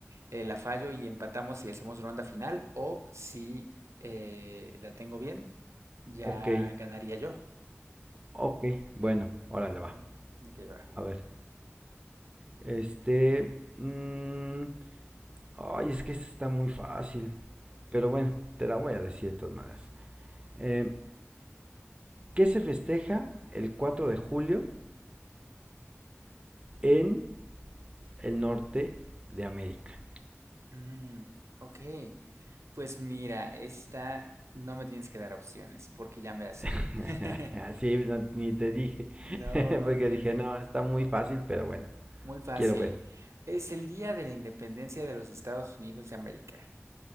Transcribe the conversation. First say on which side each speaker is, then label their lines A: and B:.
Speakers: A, on the right; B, on the right.
A: eh, la fallo y empatamos y hacemos ronda final o si eh, la tengo bien, ya
B: Ok,
A: ganaría yo.
B: ok, bueno, órale
A: Ujú.
B: va.
A: Ok, va.
B: A ver, este... mm, Ay, es que esta está muy fácil. Pero bueno, te la voy a decir de todas maneras. Eh, ¿Qué se festeja el 4 de julio en el norte de América?
A: Mm, ok. Pues mira, esta no me tienes que dar opciones porque ya me la sé.
B: <laughs>
A: <laughs>
B: sí, no, ni te dije.
A: No,
B: <laughs>
A: muy
B: Porque
A: bien.
B: dije, no, está muy fácil, pero bueno,
A: Muy fácil.
B: quiero ver.
A: Es el día de la independencia de los Estados Unidos de América.